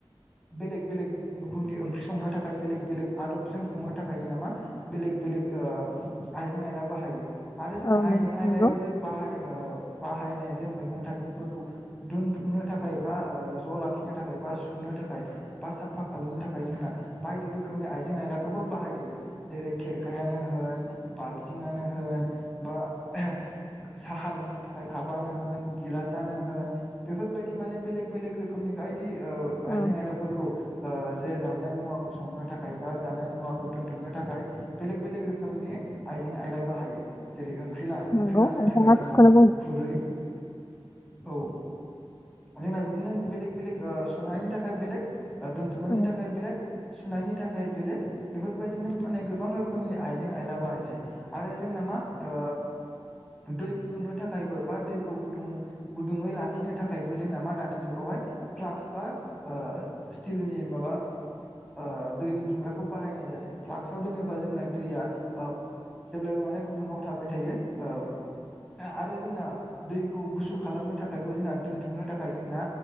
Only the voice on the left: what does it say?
औ
नंगौ
औ
नंगौ
नोंथाङा
थिगखौनो
बुंदों